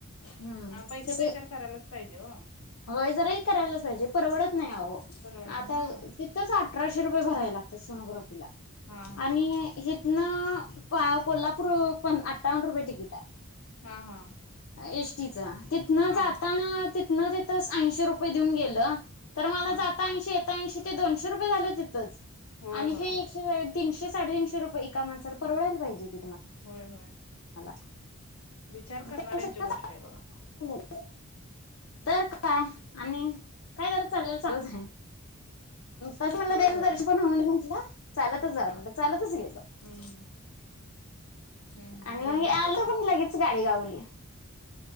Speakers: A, on the left; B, on the left.
A: पैशाचा
B: हम्म तिथे
A: विचार करायलाच काहिजो
B: होय जराही करायलाच पाहिजे परवडत नाय
A: हा
B: आवो
A: परवडला
B: आता
A: हा
B: तिथंच अठराश रुपये भरायला सोनोग्राफीला
A: हा हा
B: आणि हे ना आ कोल्हापूर अठावन रुपये टिकिट हाय
A: हा हा
B: एस टीचा तिथनं
A: हा
B: जाताना तीत हा तित आत्ताच ऐंशी रुपये देऊन गेलं तर मला
A: हा
B: जाता ऐंशी येता ऐंशी ते दोनशे रुपये झालं तिथंच
A: होय
B: आणि
A: होय
B: हे एकशे वयत तीनशे साडेतीनशे रुये एका माणसाला परवडायला की तुमा
A: होय होय
B: <inaudible>
A: विचार करणाऱ्यांची
B: त्यापेक्षा
A: गोष्ट हाय बघा
B: <inaudible> तर काय आणि काय करत चालल चालल सांग तसं म्हणल
A: होय
B: देवाच
A: होय
B: दर्शन पण होऊ दे म्हटलं चालतच जा म्हणल चालतच गेल
A: हम्म हम् हम्म हम्म
B: आणि
A: बर
B: मग
A: झालं
B: आलो
A: की
B: पण लगेच गाडी घावली